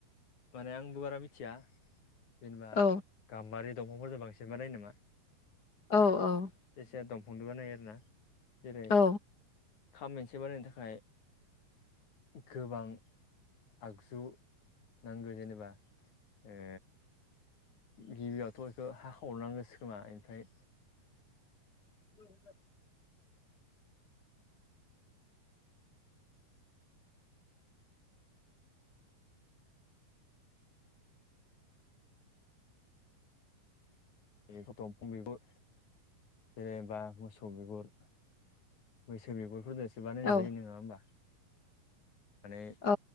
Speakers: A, on the left (about 50°); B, on the left (about 25°).
A: माने आंबो बारा मिथिया जेनेबा
B: औ
A: गाम्बारि दंफंखौ जों बांसिन बानायो नामा
B: औ औ
A: जेसे फंदु बानायो आरो ना जेरै
B: औ
A: खाम मेनसे बानायनो थाखाय गोबां आगजु नांगो जेनेबा ओ गिबियावथ' इखौ हाखावनांगोसो खोमा ओमफ्राय
B: <unintelligible>
A: बेखौ दंफं बिगुर जेनेबा मोसौ बिगुर मैसो बेगुरफोरदोसो बानायनाय
B: औ
A: जायो नोङा होमबा। माने
B: अ